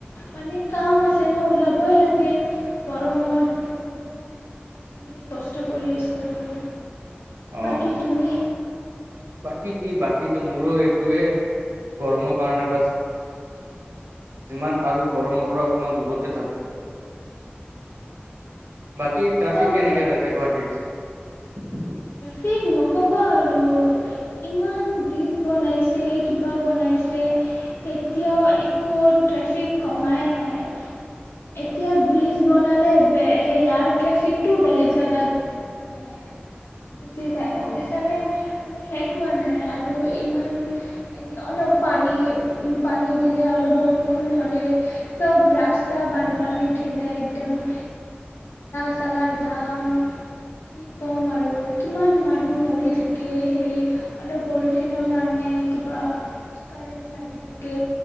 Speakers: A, on the left; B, on the right.
A: মানে কাম আছে ন', ওলাবই লাগে গৰমত বহুত বহুত কষ্ট কৰি আছোঁ আৰু।
B: অ
A: বাকী তুমি
B: <unintelligible> বাকীটো মোৰো এইটোয়েই, গৰমৰ কাৰণে বাচ যিমান পাৰোঁ, গৰমৰ পৰা অকণমান দূৰতে থাকোঁ। বাকী ট্ৰেফিক
A: চব
B: কেনেকে তাতে গুৱাহাটীত?
A: ফিক নক'বা আৰু। ইমান ব্ৰিজ বনাইছে, কিবা বনাইছে। এতিয়াও একো ট্ৰেফিক কমাই নাই। এতিয়া ব্ৰিজ বনালে বে, সেইয়া আৰু ট্ৰেফিকটো বেলেগ জেগাত, মানে গুচি যায়।
B: অ',
A: বুজিছানে? মানে, শেষ হোৱা নাই। আৰু ইমান হেৰি, অলপ পানী, পানী দিলে, অলপ বৰষুণ হ'লেই চব ৰাস্তা বানপানী উঠি যায়। একদম <unintelligible> <unintelligible> যাম কি কম আৰু। কিমান মানুহ মৰি থাকে। হেৰি, অলপ বৰষুণৰ কাৰণে কিবা কাৰেণ্ট লাগি থাকে।